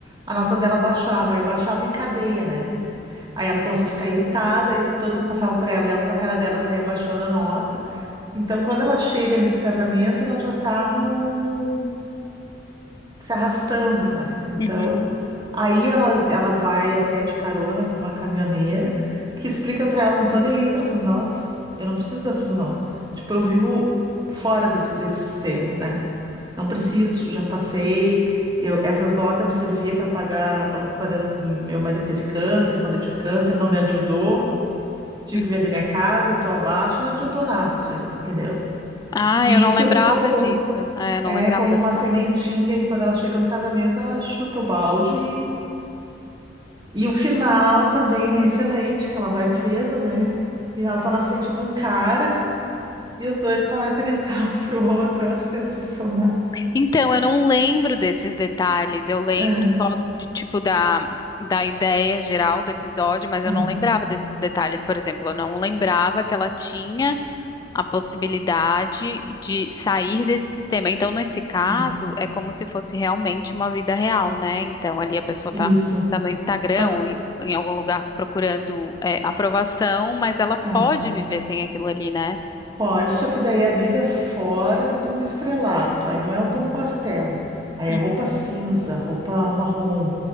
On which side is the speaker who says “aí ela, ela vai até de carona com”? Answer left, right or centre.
Right